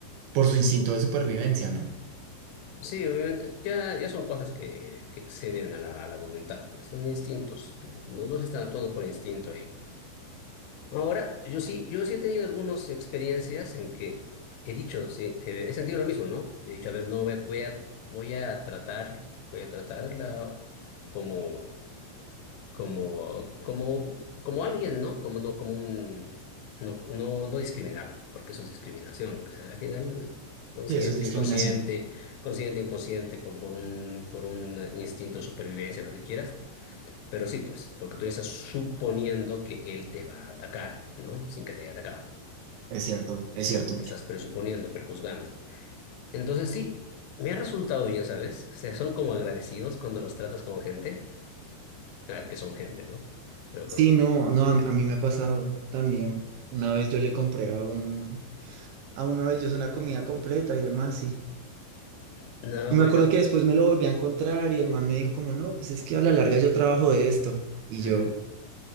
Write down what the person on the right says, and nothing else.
por su instinto de supervivencia, ¿no?
Y eso es discriminación,
es cierto, es cierto.
Sí,
no, no, a mí, a mí me ha pasado también. Una vez yo le compré a un, a uno de ellos una comida completa y demás,
Y me
acuerdo
que después me lo volví a encontrar y el man me dijo como, no, pues es que a la larga yo trabajo de esto. Y
yo,